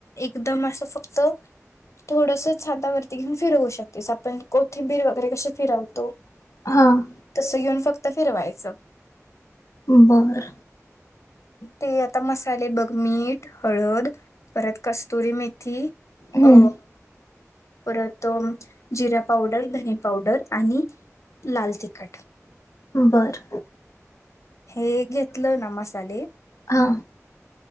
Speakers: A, on the left (about 65°); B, on the left (about 85°).
A: एकदम अस फक्त थोडस हातावरती घेऊन फिरवू शकतेस आपण कोथिंबीर वगैरे कसे फिरवतो.
B: हां.
A: तस घेऊन फक् तर फिरवायचं
B: बर
A: ते आता मसाले बघ मीठ हळद परत कस्तुरी मे थी
B: हम्म.
A: अ परत जिरा पावडर धनी पावडर आणि लाल तिखट
B: बर.
A: हे घेतलं ना म साले
B: हा.